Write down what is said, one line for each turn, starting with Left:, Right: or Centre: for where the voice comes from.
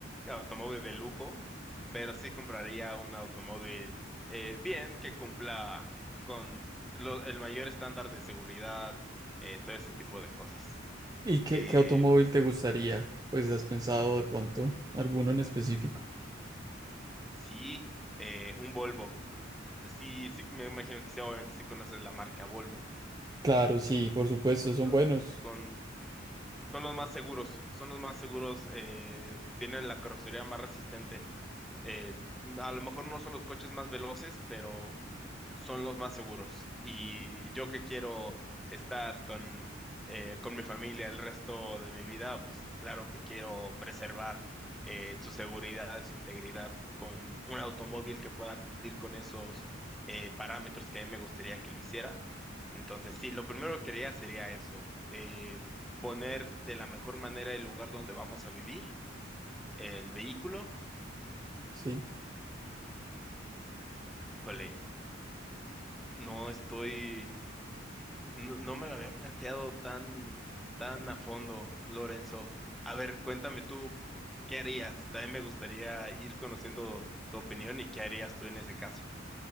Centre: automóvil de lujo, pero sí compraría un automóvil eh, bien que cumpla con lo- el mayor estándar de seguridad, eh, todo ese tipo de cosas.
Right: ¿Y qué,
Centre: Eh,
Right: qué automóvil te gustaría? Pues has pensado de pronto alguno en específico.
Centre: sí, eh, un Volvo. El- Sí, sí, me imagino que sí, obviamente sí conoces la marca Volvo.
Right: Claro, sí, por supuesto, son
Centre: So-
Right: buenos.
Centre: Son, Son los más seguros, son los más seguros, eh, tienen la carrocería más resistente. Eh, a lo mejor no son los coches más veloces, pero son los más seguros. Y yo que quiero estar con, eh, con mi familia el resto de mi vida, pues claro que quiero preservar eh, su seguridad, su integridad, con un automóvil que pueda cumplir con esos eh, parámetros que a mí me gustaría que lo hiciera. Entonces, sí, lo primero que haría sería eso, eh, poner de la mejor manera el lugar donde vamos a vivir, el vehículo
Right: Sí.
Centre: Híjole, no estoy, no, no me lo había planteado tan, tan a fondo, Lorenzo. A ver, cuéntame tú, ¿qué harías? También me gustaría ir conociendo tu opinión y qué harías tú en ese caso.